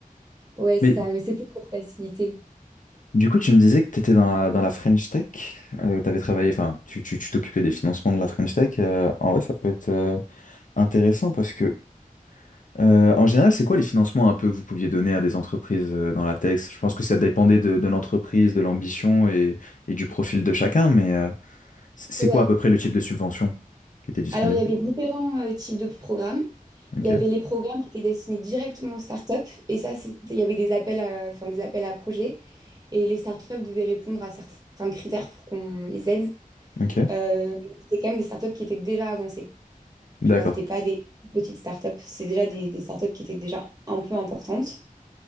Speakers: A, on the right (about 25°); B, on the left (about 65°).
A: ouais,
B: Mais
A: c'est ça. Mais c'est plus pour faciliter.
B: Du coup, tu me disais que tu étais dans la, dans la French Tech, tu avais travaillé, enfin, tu, tu, tu t'occupais des financements de la French Tech. euh, en vrai, ça peut être euh, intéressant parce que, euh, en général, c'est quoi les financements un peu que vous pouviez donner à des entreprises euh, dans la tech? Je pense que ça dépendait de, de l'entreprise, de l'ambition et, et du profil de chacun, mais euh, c- c'est
A: Ouais.
B: quoi à peu près le type de subvention qui était disponible?
A: Alors, il y avait différents euh, types de programmes.
B: Ok,
A: Il y avait les programmes qui étaient destinés directement aux startups, et ça, c'était, il y avait des appels à, enfin, des appels à projets. Et les startups devaient répondre à certains critères pour qu'on les aide.
B: ok,
A: Euh, c'était quand même des startups qui étaient déjà avancées.
B: d'accord.
A: Tu vois, c'était pas des petites startups, c'est déjà des, des startups qui étaient déjà un peu importantes.